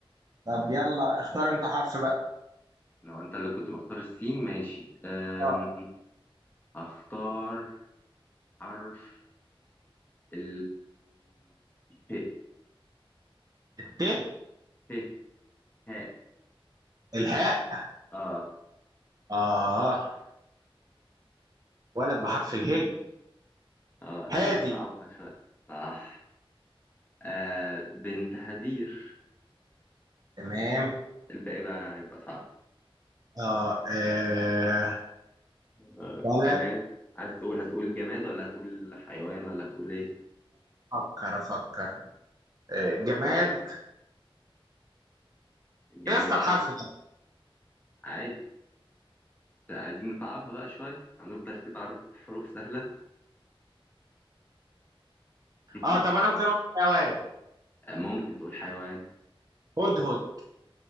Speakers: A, on the right (about 40°); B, on the left (about 20°).
A: طب يلا اختار انت حرف بقى
B: لو انت اللي كنت مختار السين ماشي أم...
A: اه
B: اختار حرف ال ه
A: الت
B: ه ه
A: الهاء
B: اه
A: اه ولد بحرف اله
B: <laughs> اه لازم
A: هادي
B: نصعبها شوية صح آه بنت هدير
A: تمام
B: الباقي بقى هيبقى صعب
A: اه, آه.
B: مم. آه،
A: بلد
B: جماد عايز تقول هتقول جماد ولا هتقول حيوان ولا هتقول ايه
A: افكر افكر آه. جماد
B: فكر يعني.
A: ايه
B: جماد
A: يا اسطى الحرف ده
B: عادي عايزين نصعبها بقى شوية هنفضل كده على حروف سهلة <laughs>
A: اه طب انا ممكن اقول حيوان
B: ممكن تقول حيوان
A: هدهد